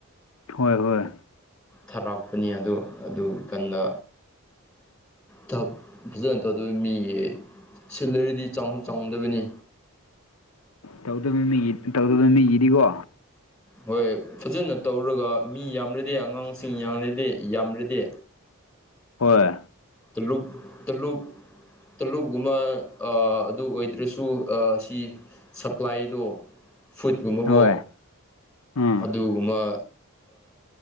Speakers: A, on the left (about 75°); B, in the centre.
A: ꯍꯣꯏ ꯍꯣꯏ
B: ꯊꯥꯔꯛꯄꯅꯤ ꯑꯗꯣ ꯑꯗꯨ ꯀꯟꯗ ꯇꯞ ꯐꯖꯅ ꯇꯧꯗꯕ ꯃꯤꯒꯤ ꯁꯤꯂꯔꯤꯗꯤ ꯆꯥꯎ ꯆꯥꯎꯍꯗꯕꯅꯤ
A: ꯇꯧꯗꯕꯃꯤ ꯇꯧꯗꯕꯃꯤ ꯏꯔꯤꯒꯣ
B: ꯍꯣꯏ ꯐꯖꯅ ꯇꯧꯔꯒ ꯃꯤ ꯌꯥꯝꯔꯗꯤ ꯑꯉꯥꯡꯁꯤꯡ ꯌꯥꯝꯔꯗꯤ ꯌꯥꯝꯔꯗꯤ
A: ꯍꯣꯏ
B: ꯇꯨꯂꯨꯨꯞ ꯇꯨꯂꯨꯛ ꯇꯂꯨꯞꯒꯨꯝꯕ ꯑꯗꯨ ꯑꯣꯏꯗ꯭ꯔꯁꯨ ꯁꯤ ꯁꯄ꯭ꯂꯥꯏꯗꯣ ꯐꯨꯗꯀꯨꯝꯕꯒꯣ
A: ꯍꯣꯏ ꯑꯥ
B: ꯑꯗꯨꯒꯨꯝꯕ